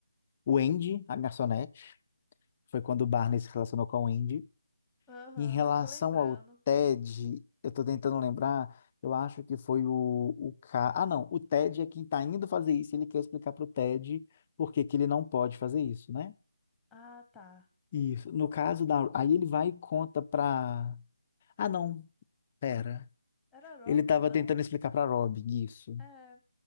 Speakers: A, on the left; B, in the centre.
A: Wendy, a garçonete, foi quando o Barney se relacionou com a Wendy.
B: Aham,
A: Em relação
B: tô lembrando.
A: ao Ted, eu tô tentando lembrar, eu acho que foi o, o ca... Ah, não, o Ted é quem tá indo fazer isso, ele quer explicar pro Ted por que que ele não pode fazer isso, né?
B: Ah, tá.
A: Isso. No caso da. Aí ele vai e conta pra. Ah, não. Pera.
B: Era Robin,
A: Ele tava
B: não?
A: tentando explicar pra Robin isso.
B: É.